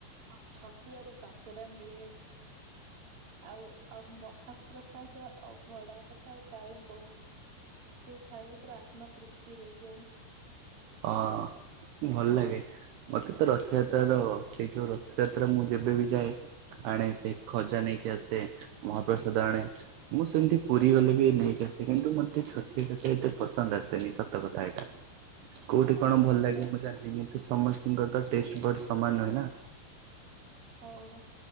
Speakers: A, on the right; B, on the right.
A: ଆଉ ଛତିଆରେ କାକେରା ମିଳେ ଆଉ ଆଉ ମହା ପ୍ରସାଦ ଅଭଡ଼ା କଥା ଆଉ କାହିଁ କହୁଛୁ। ସେ ଖାଇଲେ ପୁରା ଆତ୍ମା ତୃପ୍ତି ହୋଇଯାଏ।
B: ଅଁ। ଭଲ ଲାଗେ ମତେ ତ ରଥଯାତ୍ରାର ସେଇ ଯୋଉ ରଥଯାତ୍ରା ମୁଁ ଯେବେ ବି ଯାଏ ଆଣେ ସେ ଖଜା ନେଇକି ଆସେ ମହାପ୍ରସାଦ ଆଣେ। ମୁଁ ସେମିତି ପୁରୀ ଗଲେ ବି ନେଇକି ଆସେ କିନ୍ତୁ ମୋତେ ଛତିଆ କାକେରା ଏତେ ପସନ୍ଦ ଆସେନି ସତ କଥା ଏଇଟା। କୋଉଠି କଣ
A: ଓହୋ
B: ଭଲ ଲାଗେ ମୁଁ ଜାଣିିନି କିନ୍ତୁ ସମସ୍ତଙ୍କିର ତ ଟେଷ୍ଟବର୍ଡ ସମାନ ନୁହେଁ ନା।
A: ହଉ।